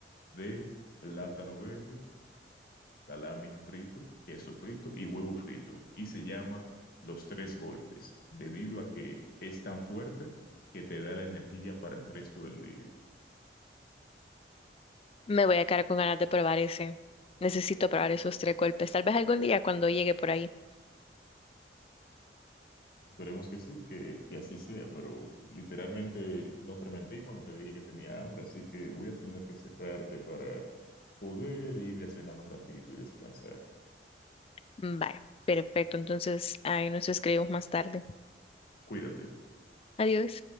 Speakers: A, on the left; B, on the left.
A: de plátano verde salami frito, queso frito y huevo frito, y se llama Los Tres Golpes, debido a que es tan fuerte que te da la energía para el resto del día.
B: Me voy a quedar con ganas de probar ese. Necesito probar esos tres golpes. Tal vez algún día cuando llegue por ahí.
A: Esperemos que sí, que, que así sea, pero literalmente no te mentí cuando te dije que tenía hambre, así que voy a tener que cerrarte para poder ir a cenar un ratito y descansar.
B: Vaya, perfecto. Entonces, ahí nos escribimos más tarde.
A: Cuídate.
B: Adiós.